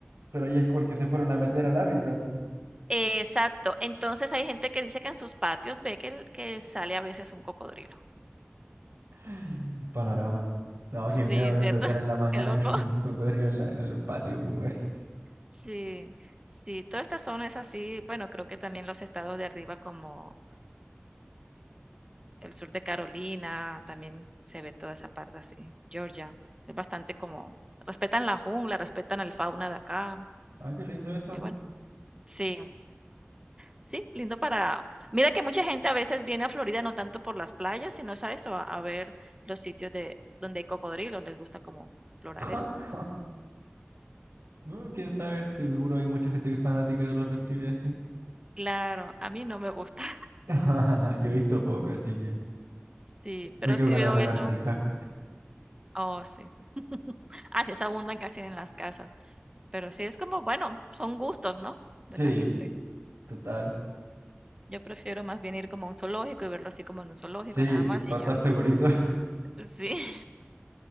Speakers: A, on the right (about 85°); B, on the right (about 20°).
A: pero ahí es porque se fueron a meter al hábitat. <gasps>
B: Eh, Exacto. Entonces, hay gente que dice que en sus patios ve que, el- que sale a veces un cocodrilo.
A: <laughs> Panorama. No,
B: Sí,
A: qué miedo despertar
B: ¿cierto? <laughs>
A: en la mañana
B: Qué loco.
A: y <laughs> que un cocodrilo en la- en el patio, pues, güey.
B: Sí, sí. Toda esta zona es así. Bueno, creo que también los estados de arriba como... el sur de Carolina, también se ve toda esa parte así. Georgia, es bastante como, respetan la jungla, respetan el fauna de acá.
A: Ah, qué lindo eso.
B: Y bueno, sí, sí, lindo para... Mira que mucha gente a veces viene a Florida no tanto por las playas, sino sabes a a, a ver los sitios de donde hay cocodrilos, les gusta como explorar
A: <laughs>
B: eso.
A: Oh, quién sabe, seguro hay mucha gente que es fanática de los reptiles así.
B: Claro, a mí no me gusta. <laughs>
A: <laughs> Yo he visto poco, así que
B: Sí,
A: me
B: pero
A: quedo
B: sí
A: con
B: veo
A: la lagartija.
B: eso. Oh, sí. <laughs> Ah, sí, se abundan casi en las casas. Pero sí es como, bueno, son gustos, ¿no? De
A: Sí,
B: la gente.
A: total.
B: Yo prefiero más bien ir como a un zoológico y verlo así como en un zoológico,
A: Sí,
B: nada más
A: para
B: y ya.
A: estar segurito. <laughs>
B: Sí, <laughs>